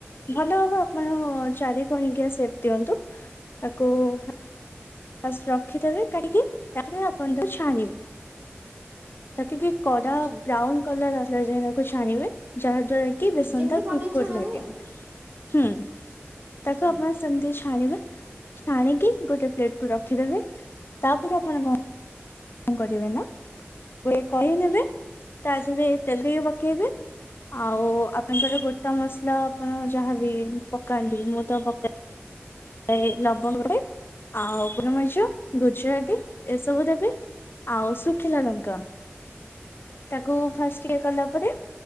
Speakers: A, on the left; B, on the right.
A: ଭଲ ହବ ଆପଣ ଚାରି କଣିକିଆ ସେପ୍ ଦିଅନ୍ତୁ। ତାକୁ ଫା ଫାଷ୍ଟ ରଖିଦେବେ କାଢିକି ତା ପରେ ଆପଣ ତାକୁ ଛାଣିବେ
B: ଆଚ୍ଛା
A: ତାକୁ ଟିକେ କଡା
B: ଆଚ୍ଛା
A: ବ୍ରାଉନ କଲର ଆସିଲା ଯାଏ ତାକୁ ଛାଣିବେ ଯାହା ଦ୍ଵାରା କି ବେସନଟା
B: ଯେମିତି ପନିର
A: କୁଡ କୁଡ
B: ଛଣା
A: ଲାଗେ।
B: ହୁଏ ଆଉ
A: ହୁଁ,
B: ଆଚ୍ଛା
A: ତାକୁ ଆପଣ
B: ଆଜ୍ଞା
A: ସେମିତି ଛାଣିବେ ଛାଣିକି ଗୋଟେ ପ୍ଲେ ରଖିଦେବେ ତା ପରେ ଆପଣ କଣ କଣ କରିବେ ନା ଗୋଟେ କଢେଇ ନେବେ ତା ଦେହରେ ତେଲରେ ପକେଇବେ। ଆଉ ଆପଣଙ୍କର ଗୋଟା ମସଲା ଆପଣ ଯାହାବି ପକାନ୍ତି ମୁଁ ତ ପକା ଏ ଲବଙ୍ଗରେ ଆଉ ଗୁଲମରିଚ, ଗୁଜୁରାତି ଏସବୁ ଦେବେ। ଆଉ ଶୁଖିଲା ଲଙ୍କା ତାକୁ ଫାଷ୍ଟ ଇଏ କଲା ପରେ